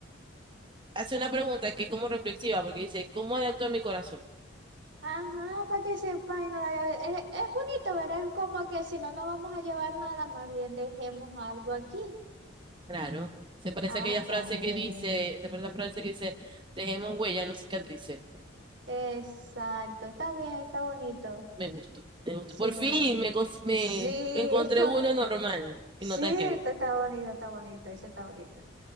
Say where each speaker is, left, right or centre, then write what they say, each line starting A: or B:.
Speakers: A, on the right (about 25°); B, on the right (about 65°).
A: hace una pregunta que es como reflexiva, porque dice, ¿cómo ha de actuar mi corazón?
B: Ajá, para que sepa y no la llave. Es, es bonito, ¿verdad? Es como que si no no vamos a llevar nada, más bien dejemos algo aquí.
A: Claro, se parece
B: Ah,
A: a aquella
B: está
A: frase
B: bien.
A: que dice, se parece a la frase que dice, dejemos huella, no cicatrices.
B: Exacto, está bien, está bonito.
A: Me gustó, me gustó.
B: Sí,
A: Por fin me, cons- me
B: sí,
A: encontré
B: es co-
A: uno normal
B: cierto,
A: y no tan creíble.
B: está bonito, está bonito, ese está bonito.